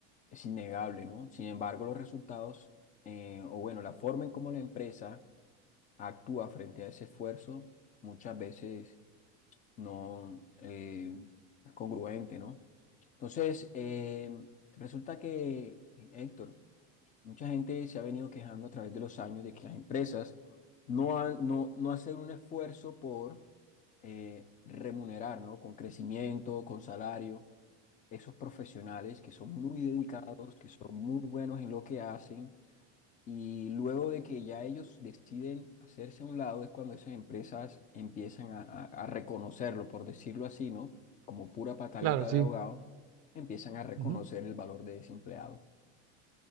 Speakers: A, on the left; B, on the right.
A: es innegable, ¿no? Sin embargo, los resultados, eh, o bueno, la forma en cómo la empresa actúa frente a ese esfuerzo, muchas veces no eh, es congruente, ¿no? Entonces, eh, resulta que, Héctor, mucha gente se ha venido quejando a través de los años de que las empresas no, han, no, no hacen un esfuerzo por eh, remunerar, ¿no? Con crecimiento, con salario, esos profesionales que son muy dedicados, que son muy buenos en lo que hacen y luego de que ya ellos deciden hacerse a un lado, es cuando esas empresas empiezan a, a- a reconocerlo, por decirlo así, ¿no? Como pura pataleta
B: Claro, sí.
A: de ahogado, empiezan a reconocer
B: Ujú.
A: el valor de ese empleado.